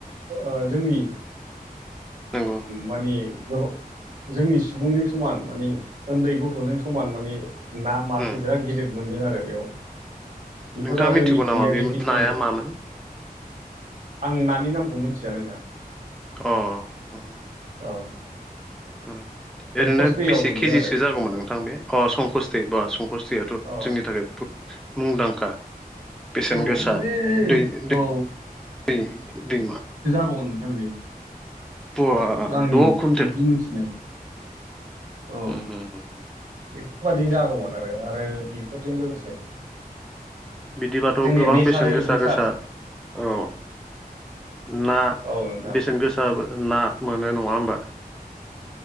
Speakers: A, on the right; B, in the centre.
A: ओ जोंनि,
B: नंगौ
A: माने गोबां जोंनि सुबुंजों समान माने, उन्दै गथ'जों समान माने ना मासे
B: उम।
A: बिराद गिदिर मोनदों आरो बेयाव, बेफोर
B: नोंथाङा
A: आरो
B: मिथिगौ
A: मिथिंगायारि
B: नामा बे
A: बेसेन
B: नाया
A: गोसा,
B: मामोन
A: आं नानि नामखौ मिथिया नोंथां,
B: अ अ अ
A: औ
B: ओम
A: संकस
B: ओरैनो
A: दैयाव
B: बेसे
A: मोनदों
B: केजिसो
A: आरो
B: जागौमोन नोंथां बे संकस्त दै बा संकस्त दैया
A: औ
B: जोंनि थाखाय बहुद मुंदांखा, बेसेन
A: औ
B: गोसा
A: बे
B: दै
A: औ
B: दै दैमा,
A: जगोन नोंथां बे
B: बा
A: आंनि
B: द' कुन्टेल
A: बिदि मोनथिनाय, औ
B: होमबाथ'
A: बेफोरबादि जागौमोन आरो आरो बेफोरजों लोगोसे
B: बिदिबाथ'
A: जोंनिया
B: गोबां
A: नेचारेल
B: बेसेन गोसा
A: रिसार्च
B: गोसा औ ना?
A: औ नोंथां
B: बेसेन गोसा ना मोनो नङा होमबा,